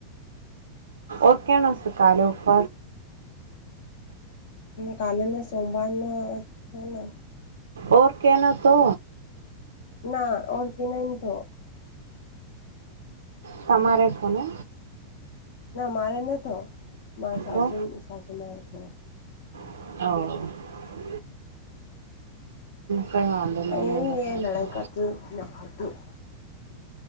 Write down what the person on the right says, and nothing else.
ઓકેણ સુખાલ ઓફ
ઓર કેના તો
તમાામરે તને
તો
હ કઈ વાંધો નહી
નહી